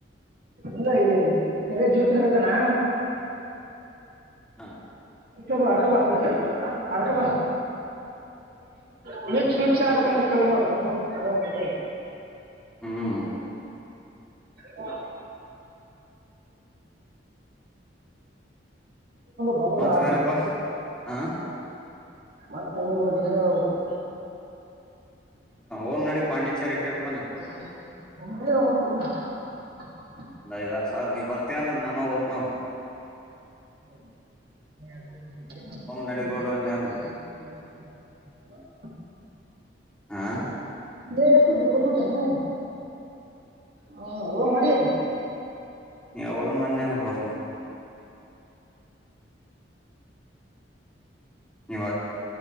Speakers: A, on the right; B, in the centre.
A: ಇಲ್ಲ ಇಲ್ಲ ಜ್ಯೋತಿನ ಕತನಾ
B: ಹಾ
A: ಅ ಬ ಅರ್ಕಬಾ ಅಪ ಅರ್ಕಬ ಅು ಶೂಚರ್ ಆಗದ ಮೂರ್ತದೆ
B: ಹ್ಮ್
A: ಹ ಹ್ಮ ಬರದ
B: ಮತ್
A: ಆದ್ರ
B: ವೀರಪ್ಪಾ ಹ
A: ಮತ್ತೆ ನೀ ನೀ ಹು
B: ಓಂ್ ನಡಿ ಪಾಂಡಿಚೇರಿ ಟ್ರಿಪ್
A: ಹ
B: ಒಂದ್ ಐದಾರು ಸಾವಿರ ನೀ ಬರ್ತೀಯ ಅಂದ್ರ ನಾನು ಓತ್ ನೋಡ
A: ಹ್ಮ
B: ನಡಿಗೌಡು ಅಂದೆ
A: <inaudible>
B: ಅಂದ್ರ ಹಾ
A: ನೀ ಯ ಡಿಬ್ಬಲ್ಗ ಜಾನೆ ಹಾ ಊ ಮಾಡಿ
B: ನೀ ಅವಾಗ ಮಂ ಅಂಗರ ಬಸ್ು ನಿವ